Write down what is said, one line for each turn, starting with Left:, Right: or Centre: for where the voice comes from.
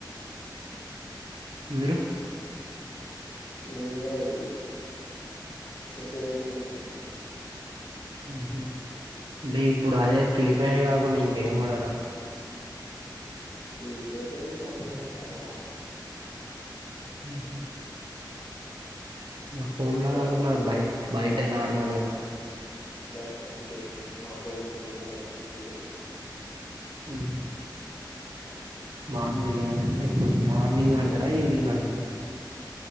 Right: మీరు.
Left: నేన్ గూడా ఇగ మెసేజ్ బెట్టుకొని పోతాం.
Right: ఊహూ డే ఇప్పుడు అదే ఫ్రీ ఫైర్ గాకుండా ఇంకేం ఆడరా.
Left: ఫ్రీఫైరు అప్పుడప్పుడు క్యారం ఆడతాం.
Right: ఊహూ. ఇగ ఫోన్లా
Left: క్యారం
Right: గాకుండా
Left: క్రికెట్
Right: బయ్ బయట నార్మల్గా.
Left: బయట క్రికెట్ మా చెరువుకేళి పోయి ఆడుతాం క్రికెట్
Right: ఉహు మార్నింగ్ ఏ అంటే ఇప్పుడు మార్నింగ్ ఆడతరా ఈవినింగ్ ఆడతరా